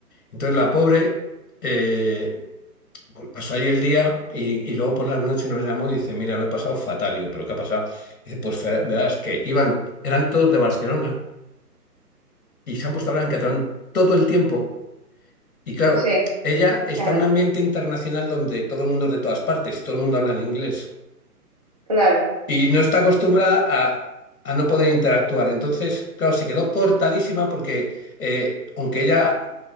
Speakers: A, on the left; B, on the right.
A: Entonces la pobre eh, pasó ahí el día y, y luego por las noches nos llamó y dice, mira, lo he pasado fatal. Y yo, ¿pero qué ha pasado? dice, pues fe- verás que iban, eran todos de Barcelona y se han puesto a hablar en catalán todo el tiempo. Y claro,
B: sí,
A: ella está
B: claro,
A: en un ambiente internacional donde todo el mundo es de todas partes y todo el mundo habla en inglés.
B: claro,
A: Y no está acostumbrada a, a no poder interactuar. Entonces, claro, se quedó cortadísima porque, eh, aunque ella